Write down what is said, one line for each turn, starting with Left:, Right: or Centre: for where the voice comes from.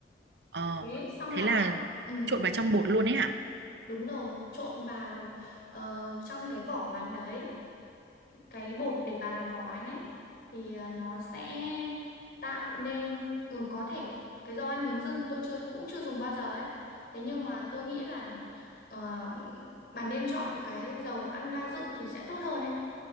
Right: Ờ,
Left: Thế xong
Right: thế
Left: là
Right: là
Left: ừ.
Right: trộn vào trong bột luôn ấy hả?
Left: Đúng rồi, trộn vào ờ, trong cái vỏ bánh đấy, cái bột để bà làm vỏ bánh ấy thì ờ, nó sẽ tạo nên ừ, có thể cái dầu ăn hướng dương thì tôi chưa cũng chưa dùng bao giờ ấy. Thế nhưng mà tôi nghĩ là ờ, bà nên chọn cái dầu ăn đa dụng thì sẽ tốt hơn ấy.